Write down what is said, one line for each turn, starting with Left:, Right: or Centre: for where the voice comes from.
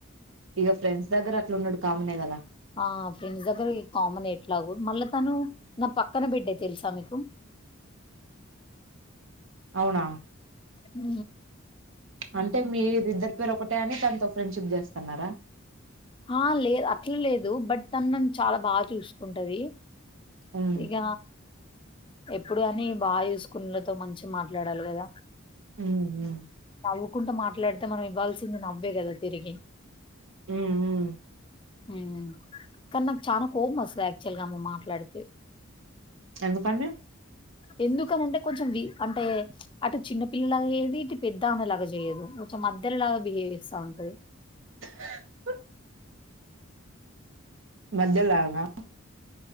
Right: ఇగా ఫ్రెండ్స్ దగ్గర అట్లా ఉండుడు కామనే కదా
Left: ఆ ఫ్రెండ్స్ దగ్గర కామన్ ఎట్లాగు మళ్ళా తను నా పక్కన బెడ్డే తెలుసా మీకు <unintelligible>
Right: అవునా
Left: ఊ
Right: అంటే మీరిద్దరు పేరు ఒకటే అని తనతో ఫ్రెండ్షిప్ చేస్తున్నారా,
Left: ఆ లేదు అట్లా లేదు బట్ తను నను చాలా బాగా చూసుకుంటది.
Right: ఉమ్
Left: ఇక ఎప్పుడు అని బాగా చూసుకున్నలతో మంచి మాట్లాడాలి కదా
Right: ఉ ఉ
Left: నవ్వుకుంటూ మాట్లాడితే మనం ఇవ్వాల్సింది, నవ్వే కదా తిరిగి
Right: ఉ ఊ
Left: ఉ కానీ నాకు చనా కోమ్ వస్తుంది యాక్చువల్ గా అమె మాట్లాడితే,
Right: ఎందుకు అండీ
Left: ఎందుకనింటే కొంచెం వి అంటే అటు చిన్న పిల్లల గా చేయది పెద్దామెలాగా చేయ్యదు కొంచెం మధ్యలాగా బిహేవ్ చేస్తా ఉంటది.
Right: <unintelligible> మధ్యలాగా